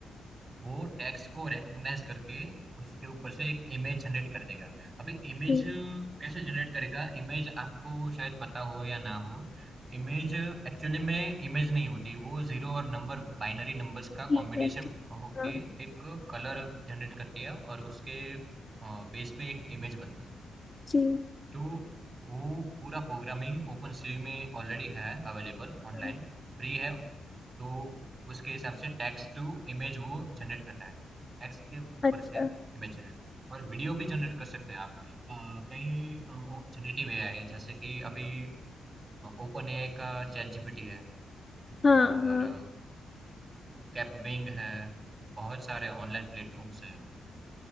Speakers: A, on the right (about 35°); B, on the left (about 35°).
A: वो टेक्स्ट को रिकॉग्नाइज करके उसके ऊपर से एक इमेज जनरेट कर देगा अभी इमेज
B: जी
A: कैसे जनरेट करेगा इमेज आपको शायद पता हो या ना हो इमेज एक्चुअली में इमेज नहीं होती वो जीरो और नंबर बाइनरी नंबर्स का
B: ठीक
A: कॉम्बिनेशन
B: है ठीक
A: होके
B: हाँ
A: एक कलर जनरेट करती है और उसके बेस पे एक इमेज बनती है
B: जी
A: तो वो पूरा प्रोग्रामिंग ओपन सी में ऑलरेडी है अवेलेबल ऑनलाइन
B: हाँ,
A: फ्री है तो उसके हिसाब से टेक्स्ट टू इमेज वो जनरेट करता है टेक्स्ट के ऊपर
B: अच्छा
A: से इमेज जनरेट करता है और वीडियो भी जनरेट कर सकते हैं आप अ, कई जनरेटिव एआई है जैसे कि अभी ओपन एआई का चैट जीपीटी है
B: हाँ
A: और
B: हाँ
A: कैपविंग है बहुत सारे ऑनलाइन प्लेटफॉर्म्स हैं